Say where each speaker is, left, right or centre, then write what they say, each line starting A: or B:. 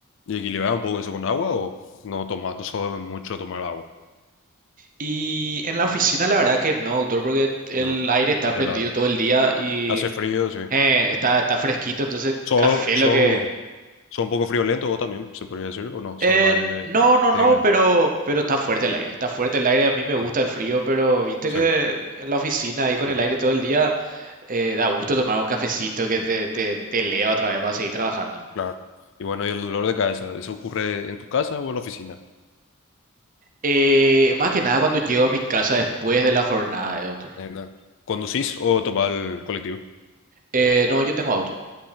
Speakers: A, on the left; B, on the right.
A: ¿Y equilibra un poco eso con agua o no tomas, no sabe mucho tomar agua?
B: Y en la oficina la verdad que no, doctor, porque el
A: No.
B: aire está
A: De
B: prendido
A: la-
B: todo el día y
A: hace frío, sí.
B: Eh, está, está fresquito, entonces
A: Son,
B: café
A: son
B: lo que...
A: Son un poco friolentos vos también, se podría decir, o no, sos
B: Eh,
A: alguien de...
B: no, no, no,
A: de-
B: pero, pero está fuerte el aire, está fuerte el aire, a mí me gusta
A: mm,
B: el frío, pero viste
A: sí,
B: que en la oficina ahí con
A: mm,
B: el aire todo el día eh, da gusto tomar un cafecito que
A: mm,
B: te, te, te eleva otra vez para seguir trabajando.
A: claro. Y bueno, y el dolor de cabeza, ¿eso ocurre en tu casa o en la oficina?
B: Eh, más que nada cuando llego a mi casa después de la jornada, eh, doctor.
A: En la- ¿Conducís o tomás el colectivo?
B: Eh, no, yo tengo auto,